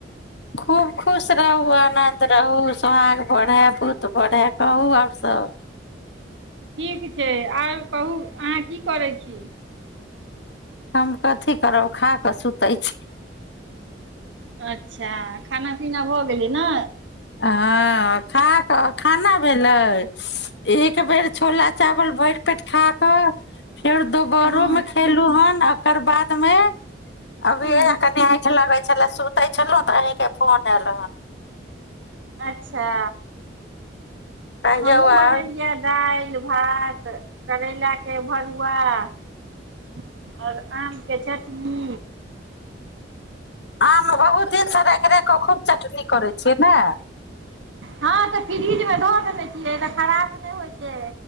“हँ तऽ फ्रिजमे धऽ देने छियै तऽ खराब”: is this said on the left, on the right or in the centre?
Right